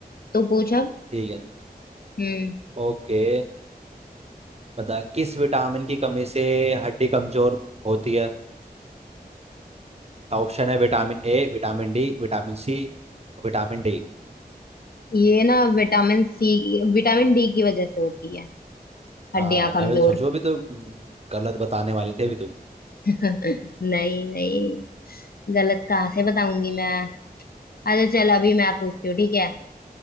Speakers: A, on the left (about 70°); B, on the right (about 40°).
A: तू पूछ अब
B: ठीक है
A: हम्म
B: ओके बता किस विटामिन की कमी से हड्डी कमजोर होती है ऑप्शन है vitamin A vitamin D vitamin C vitamin D
A: ये ना विटामिन सी विटामिन डी की वजह से होती है
B: हाँ
A: हड्डियां कमजोर
B: मैं भी तो सोचूं अभी तो हम्म, गलत बताने वाले थे अभी तो
A: <laughs> नहीं नहीं गलत कहाँ से बताऊंगी मैं अच्छा चल अभी मैं पूछती हूँ ठीक है